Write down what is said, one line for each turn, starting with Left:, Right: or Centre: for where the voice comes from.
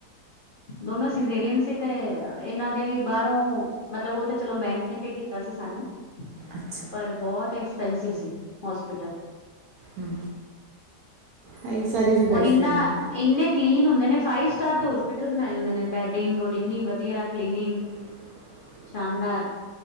Left: ਦੋਨੋ ਸਜ਼ੇਰੀਅਨ ਸੀ ਤੇ ਇਹਨਾਂ ਦੇ ਵੀ ਬਾਰੋਂ ਮਤਲਬ ਉਹ ਤੇ ਚਲੋ ਬੈਂਕ ਨੇ ਪੇਅ ਕੀਤਾ ਸੀ ਸਾਨੂੰ।
Right: ਅੱਛਾ।
Left: ਪਰ ਬਹੁਤ ਐਕਸਪੈਂਸਿਵ ਸੀ ਹੋਸਪਿਟਲ,
Right: ਹੂੰ, ਹੈ ਈ ਸਾਰੀ ਜ੍ਹਗਾ
Left: ਔਰ
Right: ਇਸ
Left: ਇੰਨਾ
Right: ਤਰਾ ਈ ਐ।
Left: ਇੰਨੇ ਕਲੀਨ ਹੁੰਦੇ ਨੇ ਫਾਈਵ ਸਟਾਰ ਤੇ ਹੋਸਪਿਟਲ ਬਣਾਏ ਹੁੰਦੇ ਨੇ ਬੈਡਿੰਗ ਔਰ ਇੰਨੀ ਵਧੀਆ ਕਲੀਨਿੰਗ।
Right: <inaudible>
Left: ਸ਼ਾਨਦਾਰ